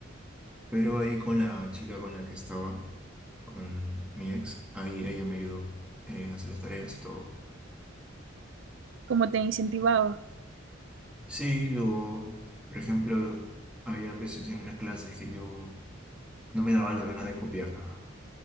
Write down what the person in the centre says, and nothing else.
Pero ahí con la chica con la que estaba, con mi ex, ahí ella me ayudó en hacer las tareas y todo.
Sí, o por ejemplo, había veces en unas clases que yo no me daba la gana de copiar nada.